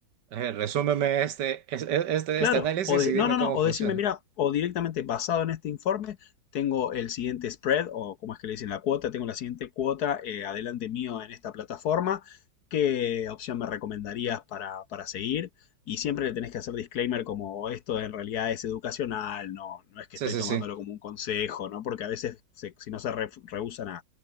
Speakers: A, on the right; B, on the left.
A: Eh, resúmeme este, es- es- este,
B: Claro,
A: este análisis
B: o de,
A: y dime
B: no, no,
A: cómo
B: no, o
A: funciona.
B: decirme, mira, o directamente basado en este informe, tengo el siguiente spread, o como es que le dicen la cuota, tengo la siguiente cuota eh, adelante mío en esta plataforma. ¿Qué opción me recomendarías para, para seguir? Y siempre le tenés que hacer disclaimer como esto en realidad es educacional, no, no es que
A: Sí,
B: estoy
A: sí,
B: tomándolo
A: sí.
B: como un consejo, ¿no? Porque a veces, se- si no se re- rehusan a,